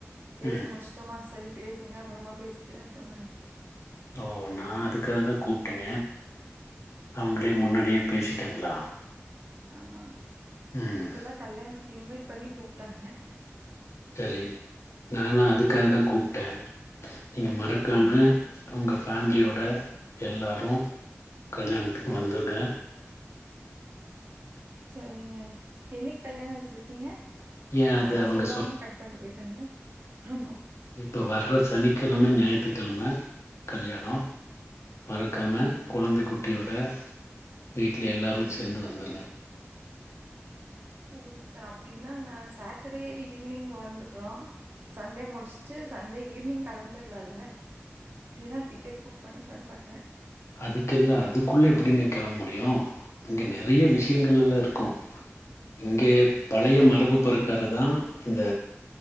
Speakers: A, on the right; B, on the left.
A: பேசி
B: ம்
A: முடிச் சோமா செரி பேசுங்க அப்பறமா பேசிக்கிறே சொன்னாங்க
B: ஓ நா அதுக்காக தா கூப்டே அவுங்களே முன்னாடியே பேசிட்டாங்களா
A: ஆமா
B: ம்
A: அவுங்க இப்பதா கல்யாணத்துக்கு இன்வைட் பண்ணி கூப்டாங்க
B: செரி நானு அதுக்காக தா கூப்டே நீங்க மறக்காம
A: கூப்ட்டீங்களா
B: உங்கள் ஃபேமிலியோட எல்லாரு கல்யாணத்துக்கு வந்துருட
A: செரிங்க என்னைக்கு கல்யாணோ வச்சிருக்கீங்க
B: ஏ அது
A: அத
B: அவங்க
A: சொல்லாம கட் பண்ட்டு போயிட்டாங்க ஆமா
B: இப்போ வர்ற சனிக்கெழம ஞாயிற்றுக்கெழம கல்யாணோ மறக்காம கொழந்த குட்டியோட வீட்ல எல்லோரு சேந்து வந்துருங்க
A: ஓ ச அப்டின்னா நா சாட்டர்டே ஈவினிங் வந்துடுறோ சன்டே முடிஸ் ச்சு சன்டே ஈவினிங் கெளம்பிலால அப்டினா டிக்கெட் புக் பண்ணிடலானு பாக்குறே
B: அதுக்கில்ல அதுக்குள்ள எப்டிங்க கெளம்ப முடியு இங்கே நெறைய விஷயங்கள் எல்லா இருக்கு இங்கே பழைய மரபு பறக்கார தா இந்த